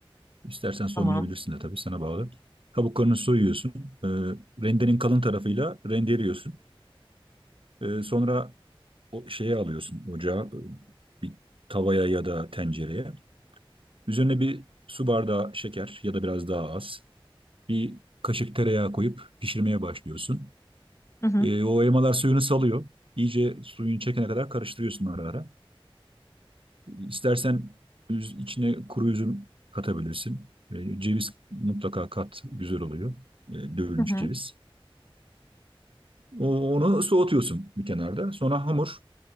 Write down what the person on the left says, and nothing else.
Tamam.
Hı hı.
Hı hı.